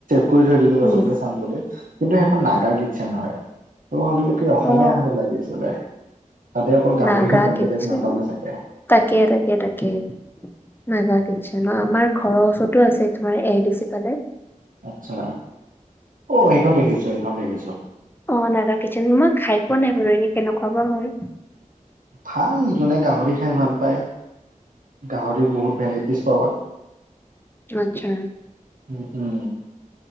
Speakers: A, on the right; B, on the left.
A: কৰি থৈ দিলো।
B: উম
A: পিছতকে চাম বুলি কিন্তু, সেইখন নাগাৰ কিটচেন হয়। ত আজিলৈক কি অসমীয়া
B: অ
A: খানা লাগিছিলে, তাতে অকল গাহৰিহে
B: নাগা
A: পাম
B: কিটচেন
A: বেলেগ নাপামে চাগে।
B: তাকে তাকে তাকে, নাগা কিটছেন ন' আমাৰ ঘৰৰ ওচৰটো আছে, তোমাৰ এ আই ডি চি ফালে।
A: আচ্ছা, অ' সেইখন দেখিছোং সেইখন দেখিছোঁ।
B: অ', নাগা কিটচেন মই খাই পোৱা নাই বাৰু এনেই কেনেকুৱা বা হয়।
A: ভাল, যোনে গাহৰি খাই ভাল পায়। গাহৰি বহুত ভেৰাইটিজ পাবা।
B: আচ্ছা।
A: উম উম।